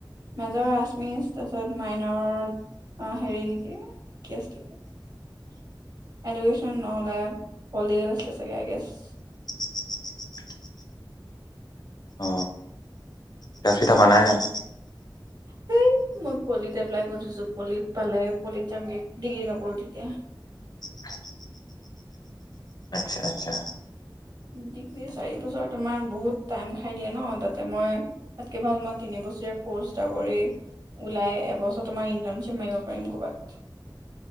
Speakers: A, on the right; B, on the left.
A: major আচমিচ তাৰপিছত মাইনৰ। অ হেৰি নেকি কি আছিলে। এডুকেশ্বন নহলে পলিটিকেল আছিল চাগে আইগেছ।
B: <inaudible> অ গাছ পিঠা বনাইনাই।
A: সেই মই পলিত এপ্লাই কৰি থৈছোঁ পলিত পালে পলিত যামগৈ ডিগ্ৰী নকৰোঁ তেতিয়া।
B: <inaudible> আচ্ছা আচ্ছা।
A: ডিগ্ৰী চাৰি বছৰ তোমাৰ বহুত টাইম খাই দিয়ে নহ তাতে মই তাতকৈ ভাল মই তিনিবছৰীয়া। কৰ্চ এটা কৰি ওলাই এবছৰ তোমাৰ ইটাৰ্ণশ্বিপ মাৰিব পাৰিম কবাত।